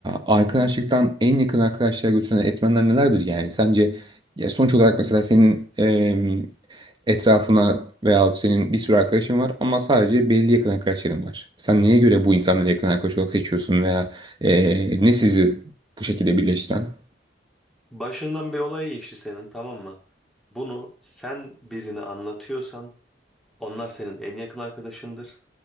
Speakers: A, on the right; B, in the centre.
A: arkadaşlıktan en yakın arkadaşlığa götüren etmenler nelerdir yani? Sence ya sonuç olarak mesela senin eee, etrafına veya senin bir sürü arkadaşın var ama sadece belli yakın arkadaşların var. Sen neye göre bu insanları yakın arkadaş olarak seçiyorsun veya eee, ne sizi bu şekilde birleştiren?
B: Başından bir olay geçti senin tamam mı? Bunu sen birine anlatıyorsan onlar senin en yakın arkadaşındır.